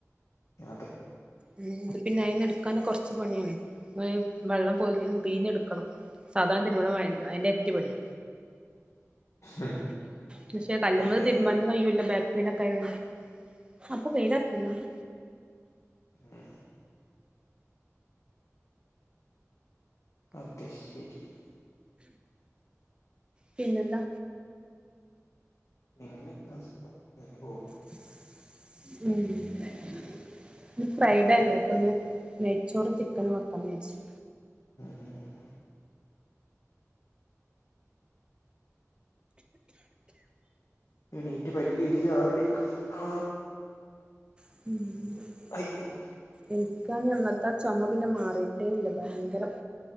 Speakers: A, on the left; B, on the right.
A: അതെ
B: ഉം പിന്നെ അയിന്നെടുക്കാനെ കൊറച്ച് പണിയാണ് വെള്ളം പോയി പിഴിഞ്ഞെടുക്കണം സാധാരണ ഇതിന്റെ കൂടെ <unintelligible> അതിന്റെ ഇരട്ടി പണിയാ
A: ഉം
B: പക്ഷെ കല്ലുമേ
A: അതെ
B: തിരുമ്മാൻ
A: അതെ
B: കഴിയൂല്ല ബാക്ക് പെയിനൊക്കെ ആയോണ്ട് അപ്പൊ വെയിലൊറക്കുന്നുണ്ട്
A: മ്ഹ് അത് ശരി
B: പിന്നെന്താ
A: പിന്നെ പ്രശ്നം ഇങ്ങനെ പോകുന്നു
B: മ് ഇന്ന് ഫ്രൈഡേ അല്ലേ അപ്പൊന്ന് നെയ്ച്ചോറും ചിക്കനു വെക്കാന്ന് വിചാരിച്ചു
A: ഉം ഉം എണീറ്റ് പല്ലു തേച്ചു ചായ കുടിക്കുവാ.
B: ഉം
A: അയ്യോ
B: എനിക്കാ അന്നത്തെ ചുമ പിന്നെ മാറിയിട്ടേ ഇല്ല ഭയങ്കരം